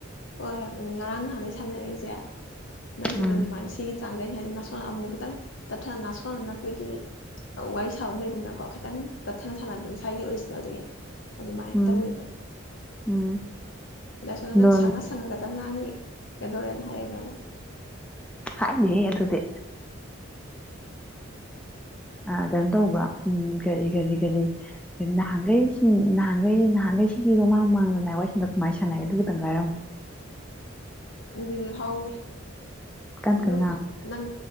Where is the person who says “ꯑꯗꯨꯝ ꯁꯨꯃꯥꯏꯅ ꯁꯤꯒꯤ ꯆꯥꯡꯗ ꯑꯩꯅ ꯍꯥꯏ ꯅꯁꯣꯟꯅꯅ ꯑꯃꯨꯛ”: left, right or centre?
Left